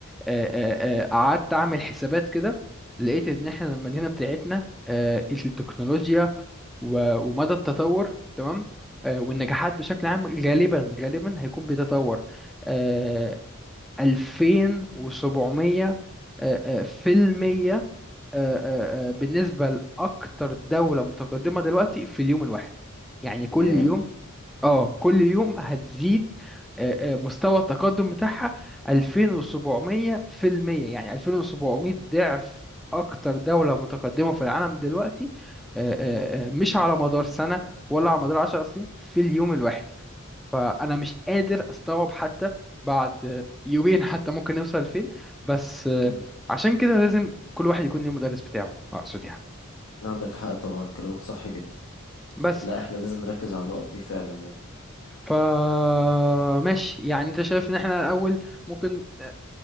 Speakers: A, in the centre; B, on the left.
A: آه، آه، آه، قعدت أعمل حسابات كده لقيت إن احنا المدينة بتاعتنا آه، التكنولوجيا و- ومدى التطور تمام آه، والنجاحات بشكل عام غالبا غالبا هيكون بيتطور آه، 2700 آه، آه، في المية آه، آه، آه، بالنسبة لأكتر دولة متقدمة دلوقتي في اليوم الواحد يعني كل
B: يا
A: يوم اه كل يوم هتزيد آه، آه، مستوى التقدم بتاعها 2700 في المية يعني 2700 ضعف اكتر دولة متقدمة في العالم دلوقتي آه، آه، آه، مش على مدار سنة ولا على مدار 10 سنين في اليوم الواحد فانا مش قادر استوعب حتى بعد آه، يومين حتى ممكن نوصل فين بس آه،
B: امم
A: عشان كده لازم كل واحد يكون ليه مدرس بتاعه اقصد يعني
B: عندك حق طبعا كلامك صح جدا
A: بس
B: لا احنا لازم نركز على النقط دي فعلا يعني
A: فماشي يعني انت شايف ان احنا الاول ممكن آه،